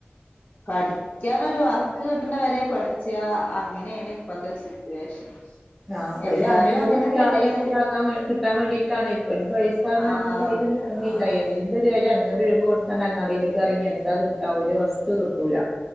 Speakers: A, on the left; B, in the centre.
A: പഠിക്കാനൊരു വർക്ക് കിട്ടുന്നവരെ പഠിച്ചാ അങ്ങനെയാണ് ഇപ്പത്തെ സിറ്റുവേഷൻ
B: ആ
A: എല്ലാരും
B: ഒരു അഞ്ഞൂറ്
A: അങ്ങനെ
B: റുപ്യ
A: തന്നെയാണ്
B: ആയിരം റുപ്യ ആക്കാൻ കിട്ടാൻ വേണ്ടിയിട്ടാണ് ഇപ്പഴും പൈസ എന്ന് പറഞ്ഞാ
A: ആഹ്
B: നമ്മ കയ്യിൽ നിക്കുന്നില്ല
A: ആഹ്
B: എന്തൊരു കാ അഞ്ഞൂറ് രൂപ കൊടുത്താണ്ട് അങ്ങാടിയിലേക്ക് ഇറങ്ങി എന്താ കിട്ടാ ഒരു വസ്തു കിട്ടൂല